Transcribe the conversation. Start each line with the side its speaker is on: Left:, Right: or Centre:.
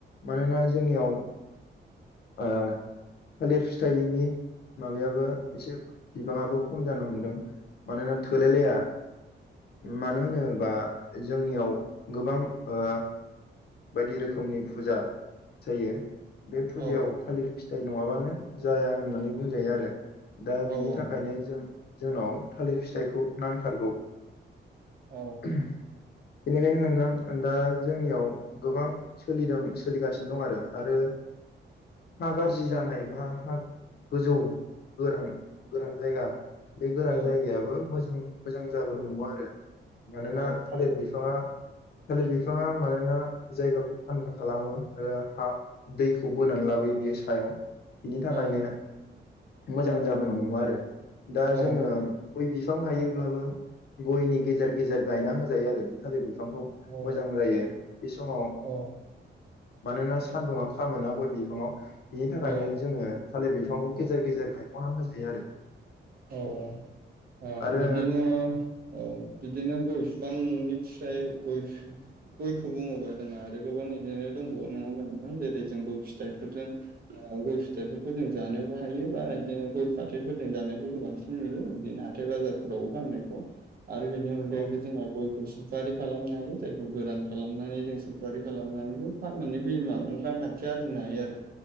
Left: मानोना जोंनियाव ओ थालिर फिथाइनि माबायाबो एसे बिबाङाबो खम जानो हमदों मानोना थोलायलाया मानो होनोबा जोंनियाव गोबां ओ बायदि रोखोमनि फुजा जायो बे फुजायाव
Right: औ
Left: थालिर फि जाय नङाबानो जाया होननानै बुंजायो आरो दा
Right: औ
Left: बिनि थाखायनो
Right: औ
Left: जों जोंनाव थालिर फिथाइखौ नांथारगौ
Right: औ
Left: बेनिखायनो नोंथां दा जोंनियाव गोबां सोलिदों सोलिगासिनो दं आरो आरो हा गारजि जानाय ब्रा हा गोजौ गोरान गोरान जायगा बे गोरान
Right: औ
Left: जायगायाबो मोजां मोजां जाबोनो हमो आरो मानोना
Right: औ
Left: थालिथ
Right: थारैनो
Left: बिफाङा थालिर बिफाङा मानोना जायगाखौ थान्दा खालामो ओ हा दैखौ बोनानै लाबोयो बियो सायाव बिनि थाखायनो
Right: औ
Left: मोजां जाबोनो हमो आरो दा
Right: थारैनो औ
Left: जोङो गय फां गायोब्लाबो गयनि गेजेर गेजेर गायना होजायो आरो बे थालिर बिफांखौ
Right: औ
Left: मोजां जायो <unintelligible> ओ
Right: औ
Left: मानोना सान्दुंङा खामोना गय बिफाङाव बि थाखायनो
Right: औ
Left: जोङो थालिर बिफांखौ गेजेर गेजेर गायखना होजायो आरो
Right: औ औ ओ
Left: आरो
Right: बिदिनो औ बिदिनो गय बिफांनि <unintelligible> गय गयखौ बुङोबा जोंहा आरो गोबां बिदिनो दंबावो नङा होमबा नोंथां जेरै जों गय फिथाइफोरजों आ गय फिथाइफोरखौ जों जानोबो हायो बा बिदिनो गय फाथैफोरजों जानाय गयखौ बांसिन नुयो बिदिनो हाथाय बाजारफोराव फाननायखौ आरो बेनि अनगायैबो
Left: औ
Right: जोंहा गय गय सुफारि खालामनो हायो जायखौ गोरान खालामनानै जों सुफारि खालामनानैबो फाननानै बे <unintelligible> रां <unintelligible> <unintelligible> हायो आरो